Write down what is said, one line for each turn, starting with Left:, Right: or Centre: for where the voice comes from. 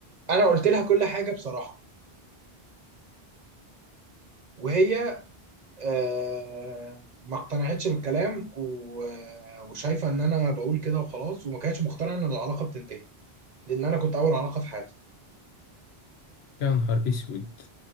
Right: انا قلت لها كل حاجه بصراحه وهي آه، ما اقتنعتش بالكلام و- وشايفه ان انا بقول كده وخلاص وما كانتش مقتنعه ان العلاقه بتنتهي لان انا كنت اول علاقه في حياتي
Left: يا نهار اسود